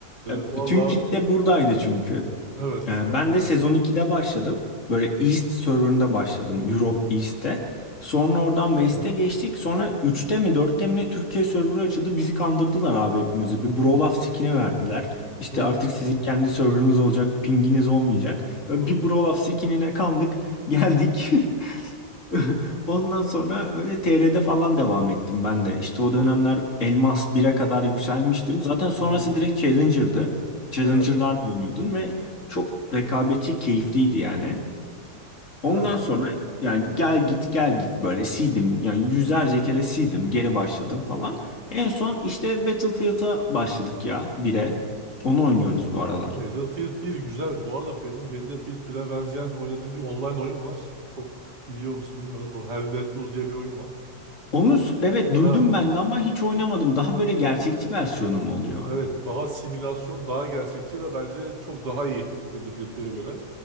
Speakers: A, on the left; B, on the right.
A: E,
B: Vallahi
A: Bütün kitle buradaydı çünkü.
B: Evet.
A: Ee,
B: Heh.
A: Ben de sezon 2'de başladım. Böyle East serverında başladım. Europe East'te. Sonra oradan West'e
B: Hı hı.
A: geçtik. Sonra üçte mi dörtte mi ne Türkiye serverı açıldı. Bizi kandırdılar abi hepimizi. Bir Brolaf skin'i verdiler. İşte
B: Hı hı.
A: artık sizin kendi serverınız olacak. Pinginiz olmayacak. Böyle
B: Hı.
A: bir Brolaf skin'ine kandık. Geldik. <laughs> <laughs> Ondan sonra öyle TR'de falan devam ettim ben de. İşte o dönemler Elmas bire kadar yükselmiştim. Zaten sonrası
B: hı.
A: direkt
B: <laughs>
A: Challenger'dı. Challenger'larla
B: Evet.
A: oynuyordun ve çok rekabetçi, keyifliydi yani.
B: Yani
A: Ondan sonra yani gel git gel git böyle sildim. Yani yüzlerce kere sildim, geri başladım falan.
B: hı.
A: En son işte Battlefield'a başladık ya bire. Onu oynuyoruz bu aralar.
B: Battlefield bir güzel. Bu arada benim Battlefield 1'e benzeyen oynadığım bir online oyun var. Çok biliyor musun bilmiyorum. Bu Hell Let Loose diye bir oyun var.
A: Onu s- evet duydum
B: Ha,
A: ben de ama hiç oynamadım. Daha böyle gerçekçi versiyonu mu oluyor?
B: evet daha simülasyon, daha gerçekçi ve bence çok daha iyi Battlefield 1'e göre.